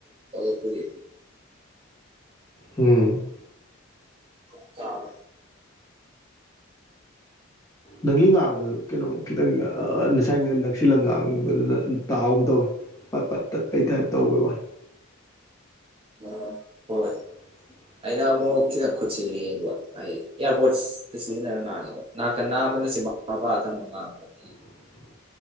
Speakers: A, on the right; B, on the left.
A: ꯑꯗꯨ
B: ꯎꯝ
A: <unintelligible>
B: ꯅꯪꯒꯤ ꯉꯥꯡꯕꯗꯨ ꯀꯩꯅꯣꯝ ꯈꯤꯇꯪ ꯉꯁꯥꯏ ꯅꯛꯁꯤꯜꯂ ꯉꯥꯡꯕꯗꯨꯅ ꯇꯥꯒꯨꯝ ꯇꯧꯏꯤ ꯄꯠ ꯄꯠ ꯇꯠ ꯄꯩ ꯇ ꯇꯧꯕ ꯋꯥꯏ
A: ꯑ ꯍꯣꯏ
B: <inaudible>
A: ꯑꯩꯅ ꯑꯃꯨꯛ ꯈꯤꯇꯪ ꯈꯨꯠꯁꯤꯜꯂꯤ ꯌꯦꯡꯕ ꯍꯥꯏ ꯏꯌꯥꯔꯄꯣꯔꯠ ꯁꯤꯖꯤꯟꯅꯔ ꯉꯥꯡꯉꯦꯕ ꯅꯥꯀꯟ ꯅꯥꯕꯅ ꯥ ꯃꯄꯥ ꯊꯪꯕ ꯉꯥꯡꯒꯅꯤ
B: <inaudible>